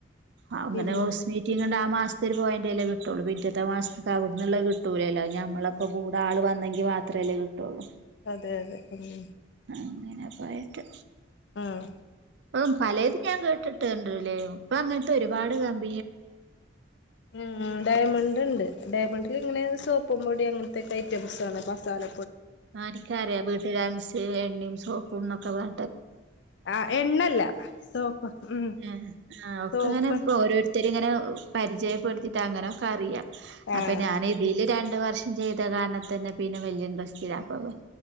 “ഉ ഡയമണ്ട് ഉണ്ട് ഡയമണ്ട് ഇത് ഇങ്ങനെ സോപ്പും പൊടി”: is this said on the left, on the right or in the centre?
Left